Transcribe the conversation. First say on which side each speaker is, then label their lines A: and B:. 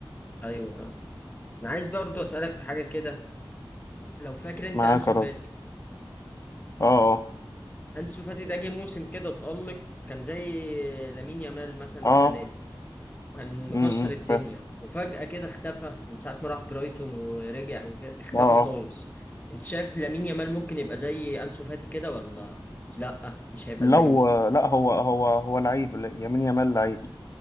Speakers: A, on the left (about 20°); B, on the left (about 35°).
A: ايوه فاهم انا عايز برضو اسالك في حاجه كده لو فاكر انت
B: معاه
A: انسو
B: كرات
A: فاتي
B: اه اه.
A: انسو فاتي ده جه موسم كده اتألق كان زي لامين يامال مثلا
B: اه
A: السنه دي كان مكسر
B: امم
A: الدنيا
B: فاهم
A: وفجأة كده اختفى من ساعه ما راح برايتون ورجع وكده اختفى
B: اه اه
A: خالص انت شايف لامين يامال ممكن يبقى زي انسو فاتي كده ولا لا مش هيبقى
B: لو
A: زيه
B: لا هو هو هو لعيب لا- يمين يامال لعيب